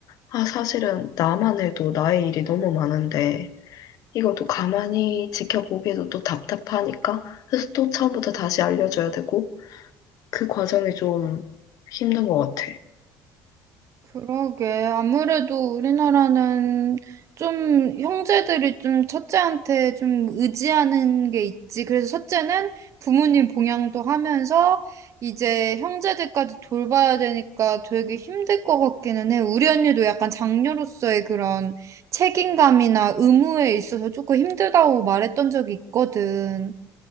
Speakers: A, on the left; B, on the right.
A: 아, 사실은 나만 해도 나의 일이 너무 많은데, 이것도 가만히 지켜보기에도 또 답답하니까, 그래서 또 처음부터 다시 알려줘야 되고, 그 과정이 좀 힘든 것 같아.
B: 그러게. 아무래도 우리나라는 좀 형제들이 좀 첫째한테 좀 의지하는 게 있지. 그래서 첫째는 부모님 봉양도 하면서 이제 형제들까지 돌봐야 되니까 되게 힘들 것 같기는 해. 우리 언니도 약간 장녀로서의 그런 책임감이나 의무에 있어서 조금 힘들다고 말했던 적이 있거든.